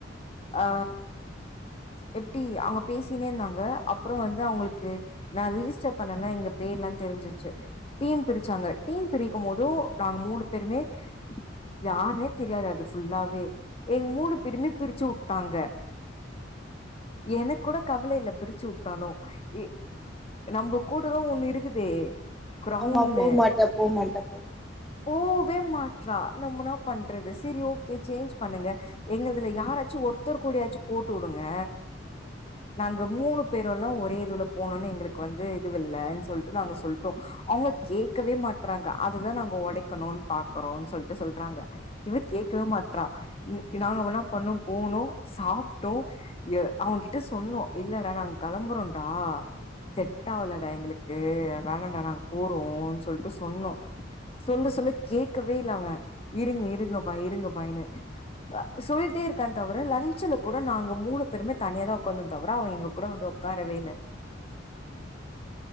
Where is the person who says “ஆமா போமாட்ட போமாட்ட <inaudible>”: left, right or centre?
Centre